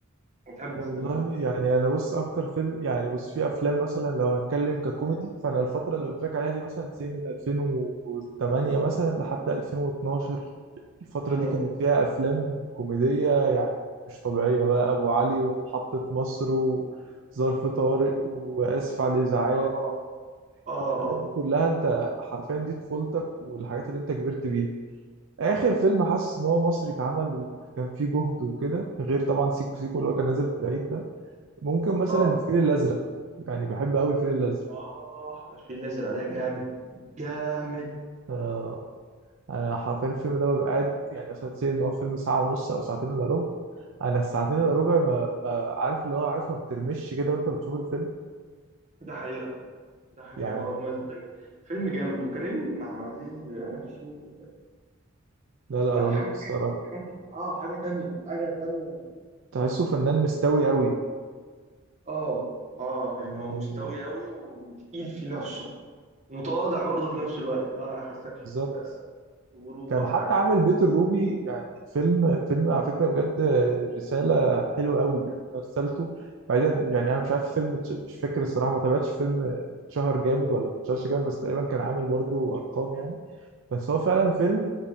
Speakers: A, on the right; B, on the right.
A: وتحب
B: والله
A: تستمعها
B: يعني انا بص اكتر فيلم يعني بص في افلام مثلا لو هتكلم ككوميدي فانا الفتره اللي قلت لك عليها دي مثلا سي من 2008 مثلا لحد 2012 الفتره
A: امم
B: دي كانت فيها افلام كوميديه يعني مش طبيعيه بقى ابو علي ومحطه مصر و... ظرف طارق وآسف على الإزعاج
A: اه اه
B: الحاجات
A: اه
B: دي كلها انت حرفيا دي طفولتك والحاجات اللي انت كبرت بيها اخر فيلم حاسس ان هو مصري اتعمل وكان فيه جهد وكده غير طبعا سيكو سيكو اللي هو كان نازل في العيد ده ممكن مثلا
A: اه
B: الفيل الازرق يعني بحب قوي الفيل الازرق
A: اه الفيل الازرق ده جامد جامد
B: آه انا حرفيا الفيلم ده ببقى قاعد يعني مثلا سي ان هو فيلم ساعه ونص او ساعتين الا ربع انا الساعتين الا ربع ما ما- عارف اللي هو عارف ما بترمش كده وانت بتشوف الفيلم
A: ده حقيقه ده حقيقه
B: يعني
A: هو ما الفيلم فيلم جامد وكريم عبد العزيز نفسه
B: لا لا
A: لا
B: رهيب
A: حاجه
B: الصراحه
A: حاجه اه حاجه تانية حاجه تانية
B: تحسه فنان مستوي قوي
A: اه اه يعني
B: يعني
A: هو مستوي قوي وتقيل في نفسه ومتواضع برضه في نفس الوقت اللي هو ما يحسكش
B: بالظبط
A: بغرور
B: كان
A: او
B: حتى
A: حاجه
B: عامل بيت الروبي يعني فيلم فيلم على فكرة بجد رسالة حلوة قوي يعني أنا رسالته بعدين يعني أنا مش عارف الفيلم اتش- مش فاكر الصراحة ما تابعتش فيلم اتشهر جامد ولا ما اتشهرش جامد بس تقريبا كان عامل برضو أرقام يعني بس هو فعلا فيلم